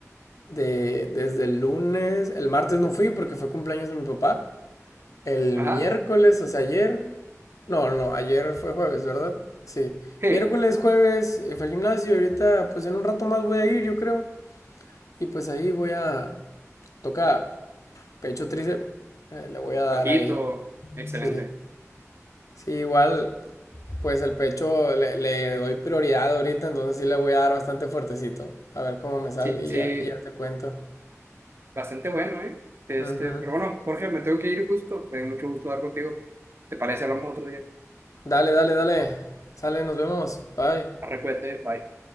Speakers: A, on the left (about 85°); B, on the right (about 50°).
A: de, desde el lunes, el martes no fui porque fue cumpleaños de mi papá. El
B: Ajá.
A: miércoles, o sea, ayer, no, no, ayer fue jueves, ¿verdad? Sí.
B: Sí,
A: Miércoles, jueves, eh, fue al gimnasio y ahorita, pues en un rato más voy a ir, yo creo. Y pues ahí voy a, toca pecho tríceps, eh, le voy a dar
B: ojito,
A: ahí.
B: excelente.
A: Sí. Sí, igual, pues el pecho le, le doy prioridad ahorita, entonces sí le voy a dar bastante fuertecito. A ver cómo me sale
B: Sí,
A: y
B: sí,
A: ya, y ya te cuento.
B: bastante bueno, ¿eh? Este,
A: Ujú.
B: pero bueno, Jorge, me tengo que ir justo. Me dio mucho gusto hablar contigo. ¿Te parece? Hablamos otro día.
A: Dale, dale, dale. Sale, nos vemos. Bye.
B: Arre, cuídate, bye.